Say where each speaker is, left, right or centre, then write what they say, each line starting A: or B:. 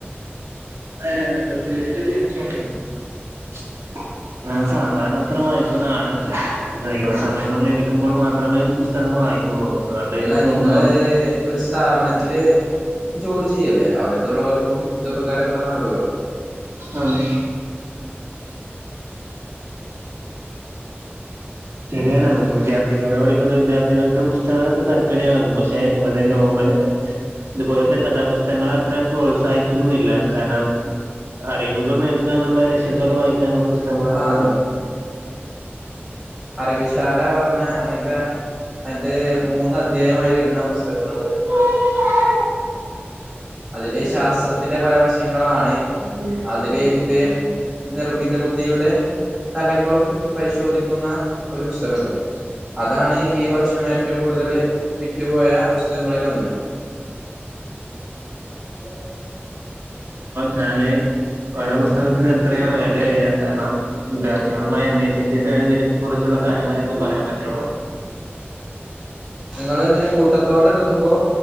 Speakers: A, on the right; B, on the right.
A: <inaudible> ഞാൻ സാധാരണ അത്ര വായിക്കുന്ന ആളല്ല ഒഴിവു സമയങ്ങളില് വക്കുമ്പോൾ മാത്രമേ പുസ്തകങ്ങൾ വായിക്കുകയുള്ളൂ അതുകൊണ്ട്
B: അല്ല
A: എനിക്ക്
B: നിങ്ങള്
A: ഒന്നോ
B: ഒരു സ്ഥാപനത്തില് ജോലി ചെയ്യല്ലേ അവിടുത്തുള്ളവർക്കും ഇത് ഉപകാരപ്രദമാകുമല്ലോ
A: ആഹ് ശെരിയാണ് വിദ്യാർത്ഥികൾ അവിടെ പഠിക്കുന്ന വിദ്യാർത്ഥികൾക്ക് പുസ്ത കങ്ങളൊക്കെ താല്പര്യമാകും പക്ഷെ ഇവിടെ നോവല് ഇതുപോലത്തെ കഥാപുസ്തകങ്ങളെ അത്ര പ്രോത്സാഹിപ്പിക്കുന്നില്ല കാരണം അറിവുകൾ നേടു എന്നുള്ള ലക്ഷ്യത്തോടെ വായിക്കാനുള്ള പുസ്തകങ്ങളാണ്
B: ആഹ്
A: ഇവിടെ
B: അറിവുശാല പറഞ്ഞാ അങ്ങനത്തെ അത് മൂന്ന് അദ്ധ്യായമായി വരുന്ന പുസ്തകങ്ങളുണ്ട്
A: <unintelligible>
B: അതിലെ ശാസ്ത്രത്തിന്റെ പല വശങ്ങളാണ്
A: ഇവിടെ
B: അതിലെ പുതിയ നിർമ്മിത ബുദ്ധിയുടെ തലങ്ങളും പരിശോധിക്കുന്ന ഒരു പുസ്തകമുണ്ട് അതാണ് ഈ വർഷം ഏറ്റവും കൂടുതല് വിറ്റുപോയ പുസ്തകങ്ങളിലൊന്ന് <unintelligible>
A: ഞാന് ഓരോ പുസ്തകത്തിനും എത്രയാണ് വില വരിക കാരണം വിദ്യാർത്ഥികളുമായി അന്വേഷിച്ചിട്ടാണ് ഇതിനെ കുറിച്ചുള്ള കാര്യങ്ങള് എനിക്ക് പറയാൻ പറ്റുള്ളൂ
B: നിങ്ങള് ഇങ്ങനെ കൂട്ടത്തോടെ എടുക്കുമ്പോ